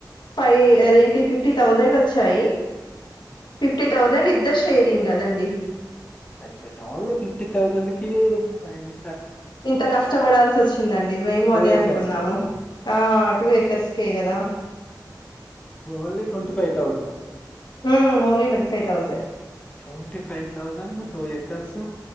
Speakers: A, on the left (about 75°); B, on the left (about 15°).
A: ఫైవ్ అదేంటి ఫిఫ్టీ థౌజండ్ వచ్చాయి ఫిఫ్టీ థౌసండ్ ఇద్దరు షేరింగ్ కదండి
B: అచ్చ అచ్చ ఓన్లీ ఫిఫ్టీ థౌజండ్ కి వైన్
A: ఇంత కష్టపడాల్సి వచ్చిందండి మేము
B: టూ
A: అదే
B: ఏకర్స్
A: అనుకున్నాము
B: కి
A: ఆ టూ ఎకర్స్ కె కదా
B: జవలీ ట్వంటీ ఫైవ్ థౌజెండ్
A: ఉ only twenty five thousand
B: twenty five thousand two acres